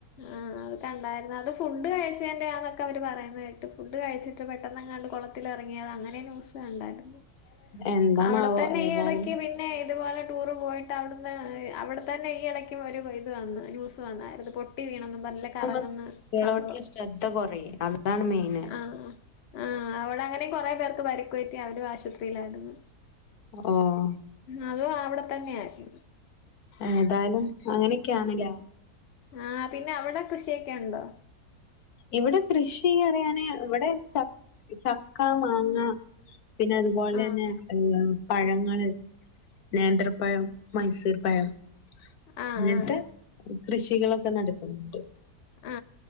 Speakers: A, on the left; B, on the left.
A: ആ അത് കണ്ടായിരുന്നു അത് ഫുഡ് കഴിച്ചന്റെ ആന്നൊക്കെ അവര് പറയുന്ന കേട്ട് ഫുഡ് കഴിച്ച് ഇത്ര പെട്ടെന്നങ്ങാണ്ട് കുളത്തിൽ ഇറങ്ങിയത അങ്ങനെ ന്യൂസി ഉണ്ടാരുന്നു
B: എന്താണാവോ
A: അവിടെ തന്നെ
B: ഏതായാലും
A: ഈ ഇടക്ക് പി പിന്നെ ഇതുപോലെ ടൂറ് പോയിട്ട് അവിടുന്ന് അവിടെത്തന്നെ ഈ ഇടക്കും വരു ഇത് വന്ന് ന്യൂസ് വന്നായിരുന്നു പൊട്ടി വിണന്നും പറഞ്ഞില്ലെ കറങ്ങുന്ന
B: നമ്മ കുട്ട്യാളോട്ള്ള
A: സംഭവം
B: ശ്രദ്ധ കൊറയും അതാണ് മെയിന്
A: ആഹ് ആഹ് ആ അവടെ അങ്ങനെ കൊറെേ പേർക്ക് പരിക്ക് പറ്റി അവരും ആശുപത്രിയിലാരുന്നു
B: ഓഹ്
A: അതും അവിടെ തന്നെ ആരുന്നു
B: ഏതായാലും അങ്ങനെക്കെയാണല്ല
A: ആ പിന്നെ അവിടെ കൃഷിയൊക്കെ ഉണ്ടോ
B: ഇവിടെ കൃഷി പറിയാന് ഇവിടെ ച ചക്ക മാങ്ങ പിന്നെ അത്പോലാനേ
A: ആഹ്
B: ഏഹ് പഴങ്ങള് നേന്ത്രപ്പഴം മൈസൂർ പഴം
A: ആഹ്
B: അങ്ങനത്തെ
A: ആഹ്
B: കൃഷികളൊക്കെ നടക്കുന്നുണ്ട്
A: ആ